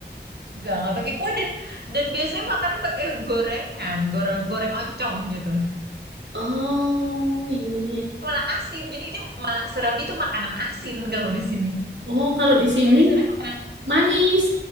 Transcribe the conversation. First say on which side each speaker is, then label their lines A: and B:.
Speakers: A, on the right (about 65°); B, on the right (about 85°).
A: Enggak, nggak pakai kuah dan dan biasanya makannya pakai gorengan, goreng goreng oncom gitu.
B: Oh iya.
A: malah asin. Jadi ini malah surabi itu makanan asin kalau di sini.
B: Oh kalau di sini
A: Kalau di sana makanan.
B: manis.